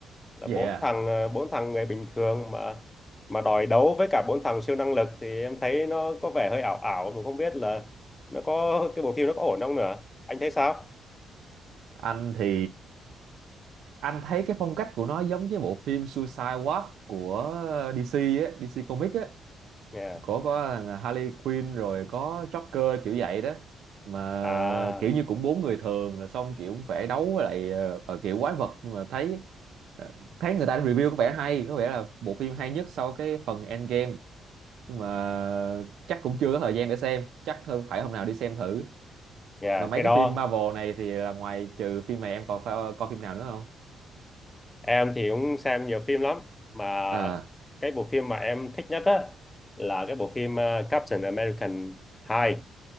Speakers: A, on the left; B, on the right.
A: Là
B: Yeah.
A: bốn thằng ờ, bốn thằng người bình thường mà mà đòi đấu với cả bốn thằng siêu năng lực thì em thấy nó có vẻ hơi ảo ảo mà không biết là nó có cái bộ phim nó có ổn không nữa. Anh thấy sao?
B: Anh thì anh thấy cái phong cách của nó giống cái bộ phim Suicide Squad của DC á, DC Comics á.
A: Yeah.
B: có có thằng Harley Quinn rồi có Joker kiểu vậy đó mà
A: À,
B: kiểu như cũng bốn người thường rồi xong kiểu cũng phải đấu với lại ờ, ờ, kiểu quái vật nhưng mà thấy ờ, thấy người ta review có vẻ hay có vẻ là bộ phim hay nhất sau cái phần Endgame nhưng mà chắc cũng chưa có thời gian để xem chắc hơn phải hôm nào đi xem thử
A: yeah,
B: mà mấy
A: cái
B: cái
A: đó
B: phim Marvel này thì là ngoài trừ phim này em còn phải coi phim nào nữa không
A: em thì cũng xem nhiều phim lắm mà
B: à
A: cái bộ phim mà em thích nhất á là cái bộ phim ờ, Captain American 2